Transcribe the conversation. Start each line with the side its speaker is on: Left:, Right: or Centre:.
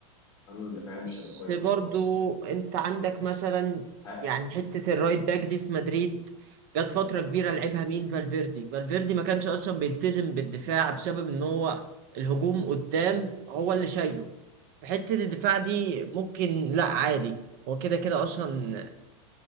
Left: ارنولد دفاعيا مش
Right: بس
Left: هيبقى كويس
Right: برضو
Left: خالص
Right: انت عندك مثلا
Left: ه-
Right: يعني حتة الرايت باك دي في مدريد جت فترة كبيرة لعبها مين فالفيردي فالفيردي ما كانش اصلا بيلتزم بالدفاع بسبب ان هو الهجوم قدام هو اللي شايله في حتة الدفاع دي ممكن لا عادي هو كده كده اصلا